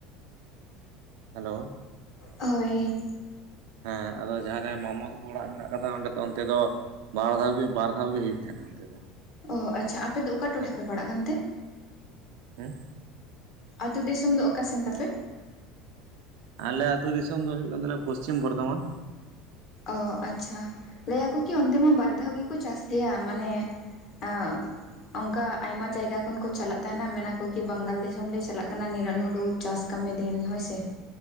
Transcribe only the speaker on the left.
ᱦᱳᱭ᱾
ᱚ, ᱟᱪᱪᱷᱟ ᱟᱯᱮ ᱫᱚ ᱚᱠᱟ ᱴᱚᱴᱷᱟ
ᱯᱮ ᱯᱟᱲᱟᱜ ᱠᱟᱱ ᱛᱮ?
ᱟᱹᱛᱩ ᱫᱤᱥᱚᱢ ᱫᱚ ᱚᱠᱟ ᱥᱮᱱ ᱛᱟᱯᱮ?
ᱚ ᱟᱪᱪᱷᱟ, ᱞᱟᱹᱭᱟᱠᱚ ᱠᱤ ᱚᱱᱛᱮ ᱢᱟ ᱵᱟᱨ ᱫᱷᱟᱣ ᱜᱮᱠᱚ ᱪᱟᱥ ᱜᱮᱭᱟ ᱢᱟᱱᱮ ᱮᱸᱜ ᱚᱝᱠᱟ ᱟᱭᱢᱟ ᱡᱟᱭᱜᱟ ᱠᱷᱚᱱ ᱠᱚ ᱪᱟᱞᱟᱜ ᱛᱟᱦᱮᱱᱟ ᱢᱮᱱᱟᱠᱚ ᱠᱤ ᱵᱟᱝᱜᱟᱞ ᱫᱤᱥᱚᱢ ᱞᱮ ᱪᱟᱞᱟᱜ ᱠᱟᱱᱟ ᱱᱤᱨᱚᱱ ᱦᱩᱲᱩ ᱪᱟᱥ ᱠᱟᱹᱢᱤ ᱫᱤᱱ ᱦᱳᱭᱥᱮ᱾